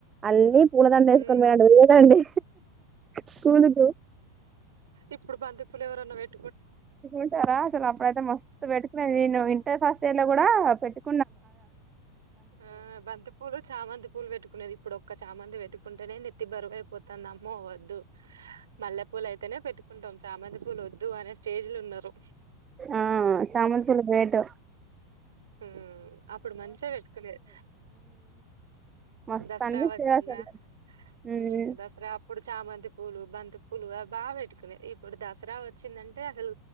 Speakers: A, on the right; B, on the right.
A: అల్లి పూలదండ
B: హు
A: వేసుకొని పోయినట్టు తిరిగేదండి స్కూల్ కు
B: ఇప్పుడు బంతిపూలు ఎవరు నువ్వు పెట్టుకో
A: ఉంటారా చాలా అప్పుడు అయితే మస్తు పెట్టుకునేది న నువ్వి ఫాసిల కూడా పెట్టుకోన్
B: ఆ బంతి పూలు చామంతి పూలు పెట్టుకునేది ఇప్పుడు ఒక్క చామంది పెట్టుకుంటేనే నెత్తి బరువువైపోతున్నా అమ్మో వద్దు మల్లెపూలు అయితేనే పెట్టుకుంటాం చామంతి పూలు వద్దు అనే స్టేజ్లో ఉన్నారు
A: ఆ చామంతి పూలు రేటు
B: ఉ అప్పుడు మంచిగా పెట్టుకునేది
A: మస్తు
B: దసరా
A: అనిపించేది
B: వచ్చినా
A: అసలు
B: హు
A: ఉమ్
B: దసరా అప్పుడు చామంతి పూలు బంతి పూలు అవి బాగా పెట్టుకునే ఇప్పుడు దసరా వచ్చిందంటే అసలు